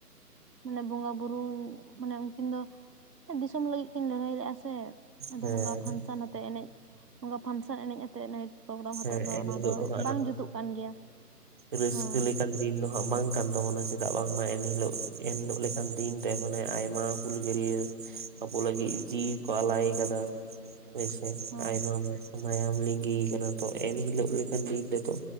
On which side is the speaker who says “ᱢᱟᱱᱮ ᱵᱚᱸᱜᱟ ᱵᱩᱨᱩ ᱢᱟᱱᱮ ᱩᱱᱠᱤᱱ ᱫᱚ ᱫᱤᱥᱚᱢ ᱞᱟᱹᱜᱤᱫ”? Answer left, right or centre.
Right